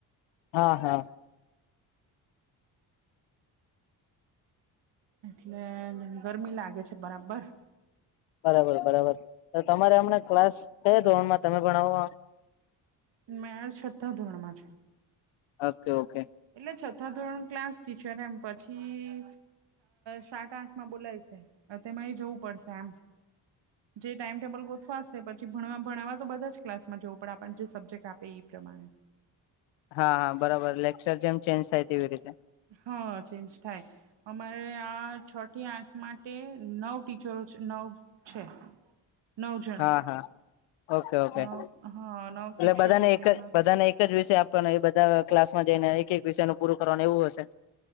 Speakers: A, on the left (about 80°); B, on the right (about 65°).
A: હા હા
B: એ ગરમી લાગે છે બરાબર
A: બરાબર બરાબર તો તમારે હમને ક્લાસ છે ધોરણમાં તમે પણ આવ
B: મેળ છતાં ધોરણ માં છે
A: ઓકે ઓકે
B: એટલે છતાં ધોરણ ક્લાસ ટીચર એમ પછી સાત આઠ માં બોલાય છે તેમાં એ જવું પડશે આમ જે ટાઈમટેબલ ગોથવાશે પછી ભણ ભણાવવા તો બધા જ ક્લાસમાં જવું પડે આપને જે સબ્જેક્ટ આપે એ પ્રમાણે
A: હા હા બરાબર લેક્ચર જેમ ચેન્જ થાય તેવી રીતે.
B: હા ચેન્જ થાય. અમારે આ છ થી આઠ માટે નવ ટીચરો છે, નવ છે નવ જણા
A: હા હા ઓકે ઓકે
B: નવ
A: એટલે
B: હા નવ શિક્ષકો
A: બધાને એક
B: તેમાં
A: જ બધાને એક જ વિશે આપ પણ એ બધા ક્લાસમાં જઈને એક એક વિષયનું પૂરું કરવાનું એવું હશે.